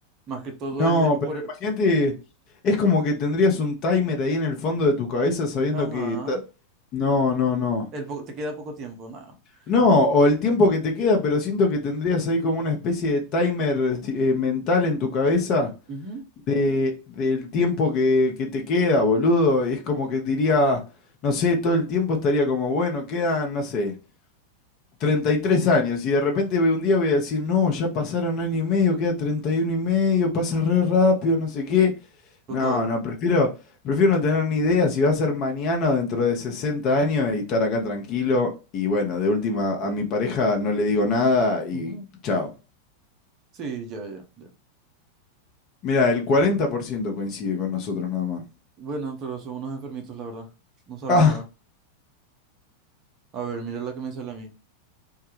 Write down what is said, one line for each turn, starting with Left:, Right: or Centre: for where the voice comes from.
Right: más que todo
Left: No,
Right: es eh,
Left: pero
Right: por,
Left: imagínate, es como que tendrías un timer ahí en el fondo de tu cabeza sabiendo
Right: ajá,
Left: que... ta- No, no, no.
Right: el, poco te queda poco tiempo, nada.
Left: No,
Right: Ah,
Left: o el tiempo que te queda, pero siento que tendrías ahí como una especie de timer eh, mental en tu cabeza
Right: ujú,
Left: de, del tiempo que, que te queda, boludo. Es como que diría, no sé, todo el tiempo estaría como, bueno, quedan, no sé, 33 años. Y de repente ve- un día voy a decir, no, ya pasaron año y medio, queda treinta y uno y medio, pasa re rápido, no sé qué.
Right: total.
Left: No, no, prefiero, prefiero no tener ni idea si va a ser mañana o dentro de 60 años y estar acá tranquilo. Y bueno, de última, a mi pareja no le digo nada y
Right: Ujú.
Left: chao.
Right: Sí, ya, ya, ya.
Left: Mira, el 40% coincide con nosotros nada más.
Right: Bueno, pero son unos enfermitos, la verdad. No saben
Left: <laughs>
Right: nada. A ver, mira la que me sale a mí.